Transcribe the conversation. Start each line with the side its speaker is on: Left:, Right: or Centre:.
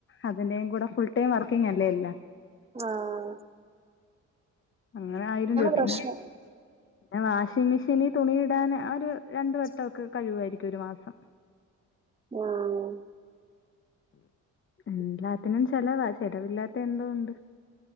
Left: അതിന്റെയും കൂടെ ഫുൾ ടൈം വർക്കിങ് അല്ലേ എല്ലാം
Right: ആഹ് ആഹ്
Left: അങ്ങനെ ആയിരം രൂപ പിന്നെ
Right: പ്രശ്നം
Left: പിന്നെ വാഷിംഗ് മെഷീനി തുണിയിടാൻ ഒരു രണ്ട് വെട്ടം ഒക്കെ കഴിയുവാരിക്കും ഒരു മാസം
Right: ആഹ്
Left: എല്ലാത്തിനും ചെലവാ ചെലവില്ലാത്ത എന്തോ ഉണ്ട്